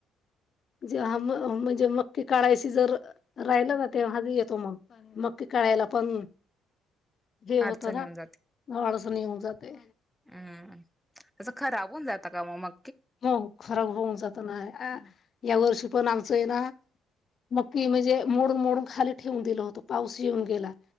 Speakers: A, on the left (about 55°); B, in the centre.
A: ज म्हणजे ते काळायशी जर राहिलं ना ते हजी येतो मग मकी काडायला पण हे होत
B: अडचण
A: ना.
B: येऊन जाते
A: आळस निघुन जातय.
B: हम्म त्याच खराब होऊन जातं का मग
A: हो खराब होऊन जात ना अ या वर्षी पण आमचं आहे ना मक्की म्हणजे मोडून मोडून खाली ठेवून दिलं होतं पाऊस येऊन गेला.